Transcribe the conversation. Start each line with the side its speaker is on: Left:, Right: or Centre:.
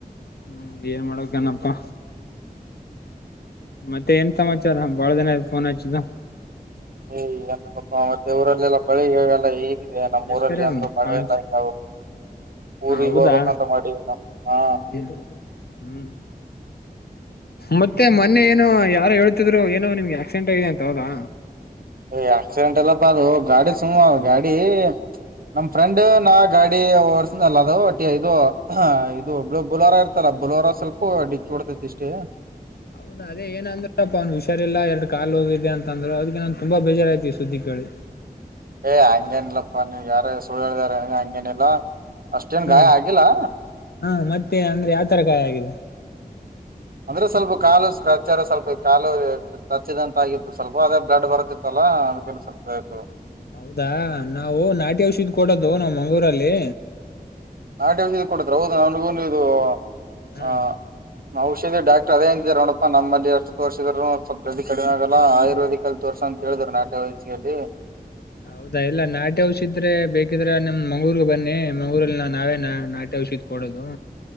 Left: ಹ್ಮ್ ಏನ್ ಮಾಡಕನಪ್ಪಾ ಮತ್ತೆ ಏನ್ ಸಮಾಚಾರ ಬಾಳ ದಿನ ಆಯ್ತು ಫೋನ್ ಹಚ್ಚಿದ್ದ
Right: ಏ ಏನಪ್ಪ ಮತ್ತೆ ಊರಲ್ಲೆಲ್ಲಾ ಬಳಿಲ್ಲ ಈಗ <unintelligible> ಇದೆ ನಮ್ಮ್
Left: ಎಷ್ಟ್
Right: ಊರಲ್ಲಿ
Left: ಕರೆ ಅವನು
Right: ಅಂದ್ರು ಮಳೆಲ್ಲ
Left: ಪಾಂಚ್
Right: <unintelligible> ಈಗ ಊರಿಗೆ
Left: ಹ ಹೌದಾ
Right: ಹೋಗ್ಬೇಕಂತ ಮಾಡಿದ್ದನ <unintelligible> ಹಾ
Left: ಹ್ಮ್ ಹ್ಮ್ ಮತ್ತೆ ಮೊನ್ನೆ ಏನೋ ಯಾರೋ ಹೇಳ್ತಿದ್ರು ಏನೋ ನಿಮ್ಗೆ ಆಕ್ಸಿಡೆಂಟ್ ಆಗಿದೆ ಅಂತ ಹೌದಾ
Right: ಏ ಆಕ್ಸಿಡೆಂಟ್ ಎಲ್ಲಪ ಅದು ಗಾಡಿ ಸುಮ್ ಅ ಗಾಡಿ ನಮ್ ಫ್ರೆಂಡ್ ನಾ ಗಾಡಿ ಓರ್ಸ ಅಲ್ಲ ಅದು ಒಟಿ ಇದು ಹಾ ಇದುಳ ಬುಲೋರ ಇರ್ತಲ್ಲ ಬುಲೋರ ಸ್ವಲ್ಪ ಡಿಕ್ಕಿ ಹೋಡ್ತೈತಿ ಇಷ್ಟೇ
Left: ಹೌದ ಅದೆ ಏ ಅಂದ್ರಪ್ಪ ಅವನ್ ಹುಷಾರಿಲ್ಲ ಎರಡ್ ಕಾ ಹೋಗಿದೆ ಅಂತ ಅಂದ್ರು ಅದ್ಕೆ ನನ್ ತುಂಬಾ ಬೇಜಾರ್ ಆಯ್ತು ಈ ಸುದ್ದಿ ಕೇಳಿ
Right: ಏ ಹಂಗೇನ ಇಲ್ಲಪ್ಪಾ ನೀವಗೆ ಯಾರ ಸುಳ್ಳು ಹೇಳಿದಾರೆ ನನ್ಗೆ ಹಂಗೇನಿಲ್ಲಾ ಅಷ್ಟೇನ್
Left: ಹಾ
Right: ಗಾಯ ಆಗಿಲ್ಲಾ
Left: ಹಾ ಮತ್ತೆ ಅಂದ್ರೆ ಯಾವ್ ತರ ಗಾಯ ಆಗಿದೆ
Right: ಅಂದ್ರೆ ಸ್ವಲ್ಪ ಕಾಲು ಸ್ಕ್ರಚ್ರ ಸ್ವಲ್ಪ ಕಾಲು ತಚ್ಚಿದ ಅಂತ ಆಗಿತ್ತು ಸ್ವಲ್ಪ ಅದೇ ಬ್ಲಡ್ ಬರತ್ತಿತ್ತಲ್ಲಾ ಅ ಕೆ ಸ್ವಲ್ಪ ಆ್ತು <unintelligible>
Left: ಹೌದಾ ನಾವು ನಾಟಿ ಔಷಧಿ ಕೊಡೋದು ನಾವ್ ಮಂಗ್ಗಳೂರಲ್ಲಿ
Right: ನಾಟಿ ವಿಷದಿ ಕೊಡತ್ರ ಹೌದು ನನಿಗೂ ಇದು
Left: ಹ್ಮ್
Right: ಆ ಔಷಧಿ ಡಾಕ್ರ್ ಅದೇ ಇದಿದದ್ದಾರೆ ನೋಣಪ್ಪ ನಮ್ಮಲ್ಲಿ ಅಷ್ಟು ತೋರಿಸಿದ್ರು ಸ್ವಲ್ಪ ಜಲ್ದಿ ಕಡಿಮೆ ಆಗಲ್ಲ ಆಯುರ್ವೇದಿಕ್ ಅಲ್ಲಿ ತೋರ್ಸಂತ ಕೆಳೇಳಿದ್ರು ನಾಟಿ ಔಷಧಿಯಲ್ಲಿ
Left: ಹೌದಾ ಇಲ್ಲಾ ನಾಟಿ ಔಷಿದ್ರೆ ಬೇಕಿದ್ರೆ ನಮ್ ಮಂಗಳೂರ್ ಬನ್ನಿ ಮಂಗಳೂರಲ್ಲಿ ನಾ ನಾವೇ ನಾಟಿ ಔಷಿದ್ ಕೊಡದು